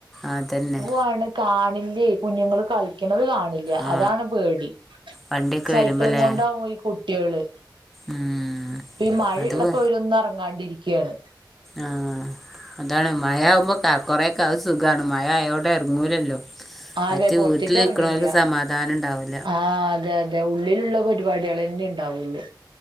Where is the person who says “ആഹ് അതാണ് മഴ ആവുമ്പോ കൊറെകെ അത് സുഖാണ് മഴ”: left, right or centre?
Centre